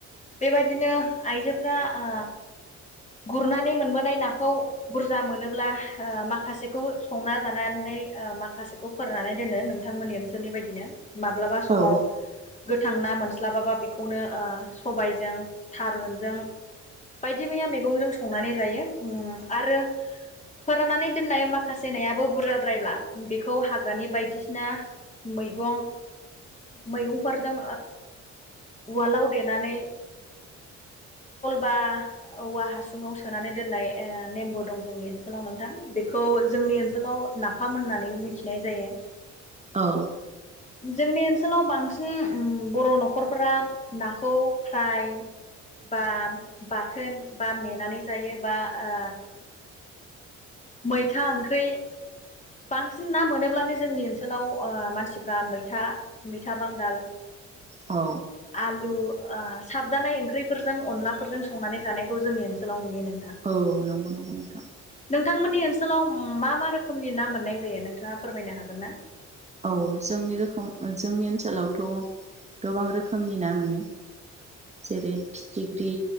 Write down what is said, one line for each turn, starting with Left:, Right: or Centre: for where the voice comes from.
Left: बेबायदिनो आइजो फ्रा ओ गुरनानै मोनबोनाय नाखौ बुरजा मोनोब्ला माखासेखौ संना जानानै माखासेखौ फोरनानै दोनो नों बिथांमोननि ओनसोलनि बायदिनो माब्लाबा समाव
Right: औ
Left: गोथां ना मोनस्लाबाबा बेखौनो सबायजों थारुनजों बायदि मैया मैगंजों संनानै जायो आरो फोराननानै दोननाय माखासे नायाबो बुरजाद्रायब्ला बेखौ हाग्रानि बायदिसिना ना मैगं मैगंफोरजों उवालाव दल बा औवा हासुङाव सोनानै दोननाय नेमबो दं जोंनि ओनसोलाव नोंथां औ जोंनि ओनसोलाव ना फाम होननानै मिथिनाय जायो
Right: औ
Left: जोंनि ओनसोलाव बांसिन बर' न'खरफोरा नाखौ फ्राय बा बाथोन बा मेनानै जायो बा ओ मैथा ओंख्रि बांसिन ना मोनोब्लानो जोंनि ओनसोलाव मानसिफ्रा मैथा मैथा बांगाल
Right: औ
Left: आलु ओ साबजानाय ओंख्रिफोरजों अनलाफोरजों संनानै जानायखौ जोंनि ओनसोलाव नुयो नों
Right: औ नंगौ नंगौ नोंथां
Left: नोंथांमोननि ओनसोलाव मा मा रोखोमनि ना मोननाय जायो नोंथाङा फोरमायनो हागोन ना
Right: औ जोंनि रोखोम जोंनि ओनसोलावथ' गोबां रोखोमनि ना मोनो जेरै फिथिख्रि